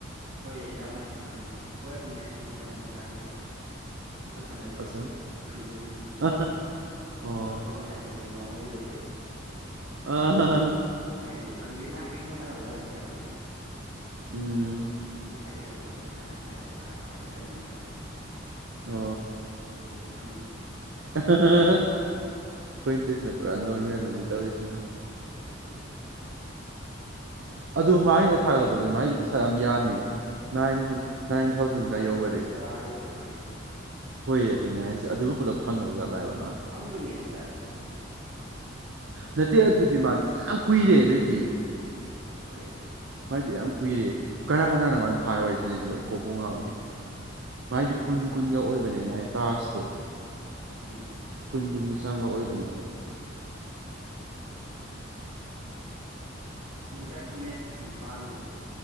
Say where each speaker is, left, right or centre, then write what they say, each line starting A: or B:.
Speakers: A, on the right; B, on the right.
A: ꯍꯣꯏꯌꯦ ꯌꯥꯝ ꯍꯥꯏꯗꯤ ꯈꯪꯗꯦ ꯍꯣꯏ ꯑꯗꯨꯅꯦ ꯑꯩꯁꯦ ꯁꯤ ꯁꯪꯕꯗ ꯌꯥꯗꯦ ꯍꯥꯏꯕ ꯕꯤꯁꯣ ꯁꯥꯟꯅꯔꯦ
B: ꯑꯆꯥ
A: ꯐ꯭ꯔꯤ ꯑꯣꯏꯗꯦ
B: ꯑ ꯑꯣ
A: ꯄꯨꯔꯥ ꯐꯨꯠꯕꯣꯜꯒꯤ ꯇꯥꯏꯞ ꯇꯧꯁꯤꯜꯂꯦꯝꯗ ꯍꯧꯖꯤꯛ ꯂꯩ
B: ꯑ
A: ꯍꯥꯏꯗꯤ ꯈꯪꯗꯦ ꯅꯍꯥꯟ ꯀꯩꯁꯨ ꯁꯥꯟꯅꯕꯁꯦ ꯁꯥꯟꯅꯗꯦ ꯍꯥꯏꯕ ꯑꯗꯨꯒꯤ
B: ꯎꯝ
A: ꯍꯥꯏꯒꯦꯗꯧꯕꯁꯨ ꯂꯣꯏꯅ ꯍꯥꯏꯔꯛꯑꯣꯒ ꯍꯥꯏ ꯇꯔꯒ ꯆꯟꯅꯅꯩꯒꯤꯗꯣꯏꯅ
B: ꯑꯣ
A: ꯃꯤꯒꯤꯁꯦ
B: ꯑꯩꯈꯣꯏꯠꯇꯁꯤꯅ ꯄꯨꯔꯥ ꯅꯣꯔꯋꯦꯜ ꯅꯤꯇꯥꯕꯤꯁꯅꯦ
A: ꯑꯗꯨꯗꯅꯤ
B: ꯑꯗꯨ ꯃꯥꯏ ꯍꯦꯦꯛ ꯊꯥꯠꯂꯛꯄ ꯑꯗꯤ ꯃꯥꯏꯗꯤ ꯄꯩꯁꯥ ꯌꯥꯝ ꯌꯥꯝꯃꯦ ꯅꯥꯏꯟ ꯅꯥꯏꯟ
A: ꯍꯣꯏ
B: ꯊꯥꯎꯖꯟꯒ
A: ꯅꯠꯇꯦ
B: ꯌꯧꯈꯔꯦ
A: ꯂꯤꯁꯤꯡ ꯇꯔꯥ ꯌꯧꯗꯣꯔꯦ ꯃꯥꯏꯗꯤ <inaudible>
B: ꯍꯣꯏ ꯑꯗꯨꯅꯦ ꯍꯥꯏꯁꯦ ꯑꯗꯨꯕꯨ ꯄꯨꯂꯞ ꯐꯪꯉꯕ ꯑꯣꯖꯥꯠ ꯂꯥꯛꯑꯕ
A: ꯐꯪꯗꯣꯏꯅꯦ ꯄꯩꯁꯥ ꯅꯗꯣ
B: ꯅꯠꯇꯦ ꯑꯗꯨꯗꯤ ꯃꯥꯗꯤ ꯌꯥꯝ ꯀꯨꯏꯔꯦ ꯑꯗꯨꯏꯗꯤ
A: ꯍꯣꯏꯌꯦ
B: ꯃꯗꯤ ꯌꯥꯝ ꯀꯨꯏꯔꯦ ꯀꯅꯥ ꯀꯅꯥꯅ ꯃꯥꯅ ꯐꯥꯔ ꯋꯥꯔꯤ ꯁꯅꯁꯤꯕꯨ ꯑꯩ ꯀꯣꯛꯄ ꯉꯥꯎꯋꯏꯅꯦ ꯃꯗꯤ
A: ꯈꯪꯗꯦ
B: ꯀꯨꯟ
A: ꯃꯥꯗꯤ
B: ꯀꯨꯟꯒ ꯑꯣꯏꯕꯅꯦ ꯃꯥꯥꯏꯗꯤ ꯇꯁꯇ
A: ꯎꯝ
B: ꯀꯨꯟꯀꯨꯟꯒꯤ ꯍꯛꯆꯥꯡꯒ ꯑꯣꯏꯕꯅꯦ ꯍꯥꯏꯕ
A: ꯑꯗꯨ ꯉꯁꯥꯏ ꯃꯤꯠ ꯅꯤꯄꯥꯜꯗꯣ